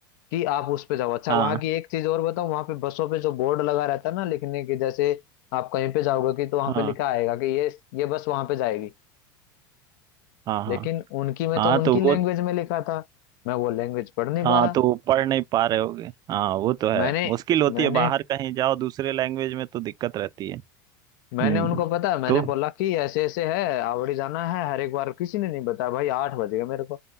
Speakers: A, on the left (about 65°); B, on the right (about 35°).
A: कि आप उस पे जाओ अच्छा
B: हाँ
A: वहां की एक चीज और बताऊं वहां पे बसों पे जो बोर्ड लगा रहता है ना लिखने के जैसे आप कहीं पे जाओगे कि तो वहां
B: हाँ
A: पे लिखा आएगा कि ये ये बस वहां पे जाएगी
B: हाँ हाँ
A: लेकिन उनकी में
B: हाँ
A: तो उनकी
B: तो
A: लैंग्वेज
B: वो
A: में लिखा था मैं वो लैंग्वेज पढ़ नहीं
B: हाँ
A: पा रहा
B: तो वो पढ़ नहीं पा रहे होगे हाँ वो तो है
A: मैंने
B: मुश्किल होती
A: मैंने
B: है बाहर कहीं जाओ दूसरे लैंग्वेज में तो दिक्कत रहती है हम्म
A: मैंने उनको पता मैंने
B: तो
A: बोला कि ऐसे ऐसे है आवड़ी जाना है हर एक बार किसी ने नहीं बताया भाई आठ बज गए मेरे को